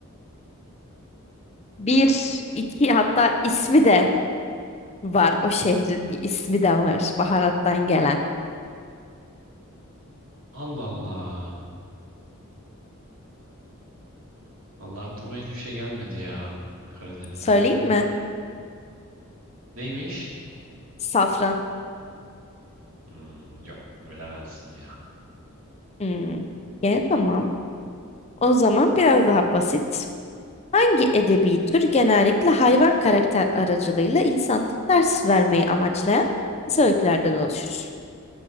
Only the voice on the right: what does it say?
Allah Allah. Allah aklıma hiçbir şey gelmedi ya. Karadeniz'de.
Neymiş?
Hmm, yok bilemezdim ya.